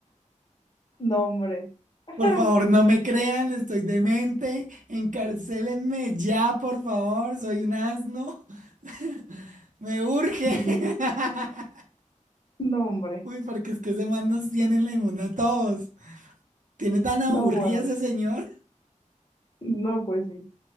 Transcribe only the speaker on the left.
No, hombre. <laughs>
Ujú.
No, hombre.
No, bueno.
No, pues sí.